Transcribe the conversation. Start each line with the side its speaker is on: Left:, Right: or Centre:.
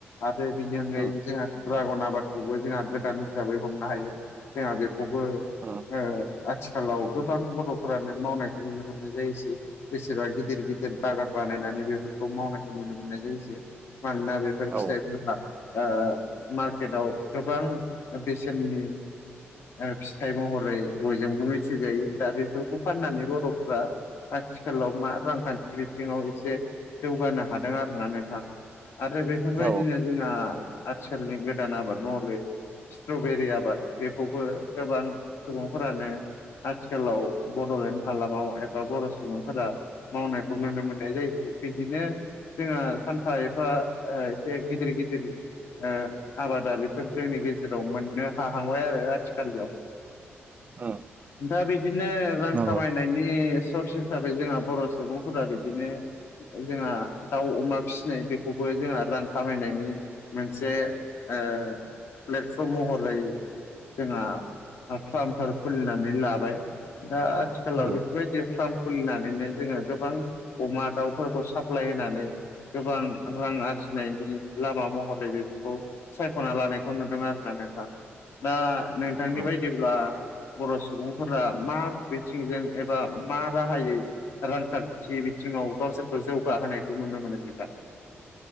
Left: आरो बिनि अनगायै
Right: उम
Left: जोंहा ड्रागन आबादखौबो जोंहा गोदान हिसाबै हमनो हायो जोंहा बेखौबो
Right: औ
Left: ओ आथिखालाव गोबां बर'फोरानो मावनायखौ नुनो मोननाय जायोसै जसेबा गि गिदिर गिदिर बागान बानायनानै बेफोरखौ मावनायखौ नुनो मोननाय जायोसै मानोना बे फोर
Right: औ
Left: फिथाइफोरा ओ मार्केटाव गोबां बेसेननि ओ फिथाइ महरै गयजोंबो मिथिजायो दा बेफोरखौ फाननानै बर'फोरा आथिखालाव मा रांखान्थि बिथिङाव एसे जौगानो हादों आरोना नोंथां आरो बेफोरबायदिनो
Right: औ
Left: जोंना आथिखालनि गोदान आबाद महलै स्ट्रबेरि आबाद बेखौबो गोबां सुबुंफोरानो आथिखालाव बड'लेण्ड हालामाव एबा बर' सुबुंफोरा मावनायखौ नुनो मोननाय जायोसै बिदिनो जोंहा सानफा एफा एसे गिदिर गिदिर ओ आबादारिफोर जोंनि गेजेर जेराव मोननो हांबाय आरो आथिखालयाव
Right: उम
Left: दा बिदिनो रां
Right: नंगौ
Left: खामायनायनि सर्स हिसाबै जोंहा बर' सुबुंफोरा बिदिनो जोंहा दाउ अमा फिसिनाय बेखौबो जोंहा रां खामायनायनि मोनसे ओ प्लेटफर्म महरै जोंहा फार्मफोर खुलिनानै लाबाय दा आथिखालाव
Right: उम
Left: बेफोरबायदि फार्म खुलिनानैनो जोङो गोबां अमा दाउफोरखौ साप्लाय होनानै गोबां रां आरजिनायनि लामा महरै बेफोरखौ सायख'ना लानाय खौ नुदों आरोना नोंथां दा नोंथांनि
Right: उम
Left: बायदिब्ला बर' सुबुंफोरा मा बिथिंजों एबा मा राहायै रांखान्थि बिथिङाव गावसोरखौ जौगाहोनायखौ नुनो मोनो नोंथां